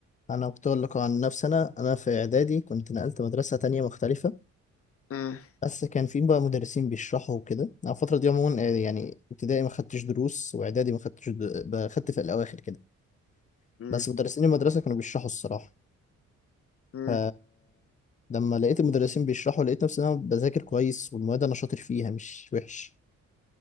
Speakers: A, on the left; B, on the left.
A: أنا كنت أقول لك عن نفسي أنا أنا في إعدادي كنت نقلت مدرسة تانية مختلفة
B: أمم،
A: بس كان في بقى مدرسين بيشرحوا وكده أنا الفترة دي عموما آه، يعني ابتدائي ما خدتش دروس وإعدادي ما خدتش د- ب- خدت في الأواخر كده
B: أمم،
A: بس مدرسين المدرسة كانوا بيشرحوا الصراحة
B: أمم،
A: ف لما لقيت المدرسين بيشرحوا لقيت نفسي إن أنا بذاكر كويس والمواد أنا شاطر فيها مش وحش